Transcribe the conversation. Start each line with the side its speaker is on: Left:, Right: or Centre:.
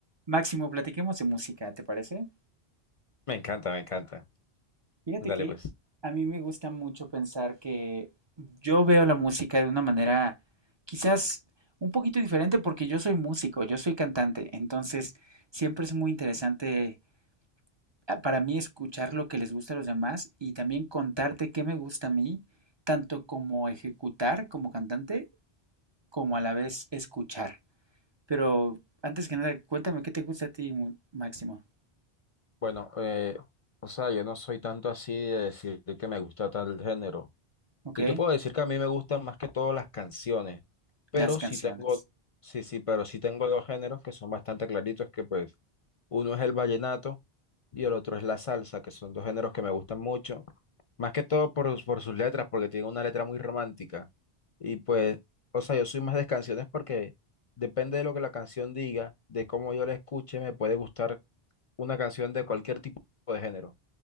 Right: Máximo, platiquemos de música, ¿te parece?
Left: Me encanta, me encanta.
Right: Fíjate
Left: Dale,
Right: que
Left: pues.
Right: a mí me gusta mucho pensar que yo veo la música de una manera quizás un poquito diferente porque yo soy músico, yo soy cantante, entonces siempre es muy interesante ah, para mí escuchar lo que les gusta a los demás y también contarte qué me gusta a mí, tanto como ejecutar como cantante, como a la vez escuchar. Pero antes que nada, cuéntame qué te gusta a ti, Mu- Máximo,
Left: Bueno, eh, o sea, yo no soy tanto así de decir que me gusta tal género.
Right: ¿ok?
Left: Yo te puedo decir que a mí me gustan más que todo las canciones, pero
Right: Las canciones.
Left: sí tengo, sí, sí, pero sí tengo dos géneros que son bastante claritos, que pues uno es el vallenato y el otro es la salsa, que son dos géneros que me gustan mucho, más que todo por, por sus letras, porque tiene una letra muy romántica. Y pues, o sea, yo soy más de canciones porque depende de lo que la canción diga, de cómo yo la escuche, me puede gustar una canción de cualquier tipo de género.